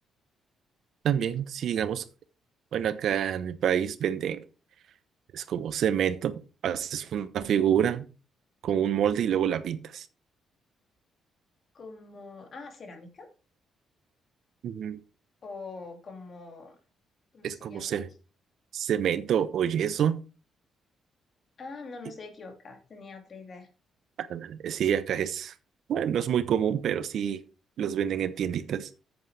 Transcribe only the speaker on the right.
También, si digamos, bueno, acá en mi país venden, es como cemento, haces una figura con un molde y luego la pintas.
Ujú.
Es
como
ce- cemento o yeso.
Y,
ah, sí, acá es, bueno, no es muy común, pero sí los venden en tienditas